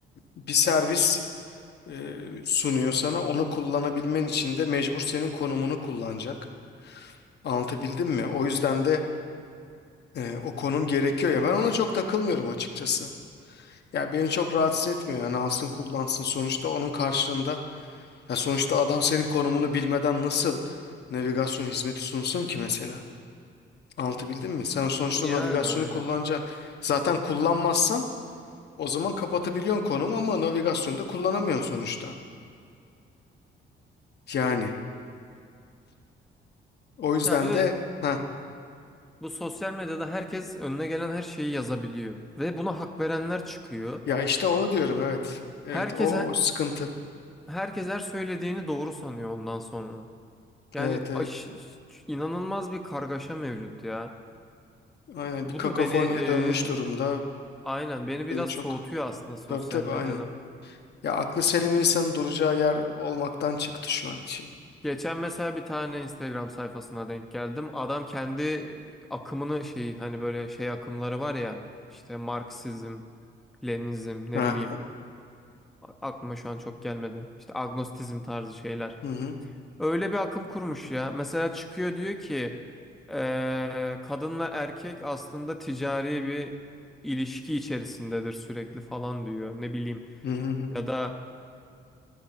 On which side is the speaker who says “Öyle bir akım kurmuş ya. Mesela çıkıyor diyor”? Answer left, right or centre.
Centre